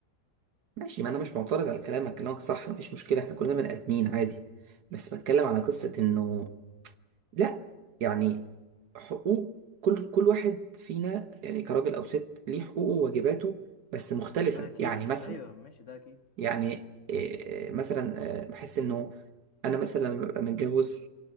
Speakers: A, on the right; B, on the left.
A: ماشي ما انا مش معترض على كلامك كلامك صح مفيش مشكله احنا كلنا بني ادمين عادي بس بتكلم على قصه انه لا يعني حقوق كل كل واحد فينا يعني كراجل او ست ليه حقوقه وواجباته بس مختلفه
B: ده اكيد
A: يعني مثلا
B: ايوه ماشي ده اكيد
A: يعني إيه، إيه، مثلا آه، بحس انه انا مثلا لما ببقى متجوز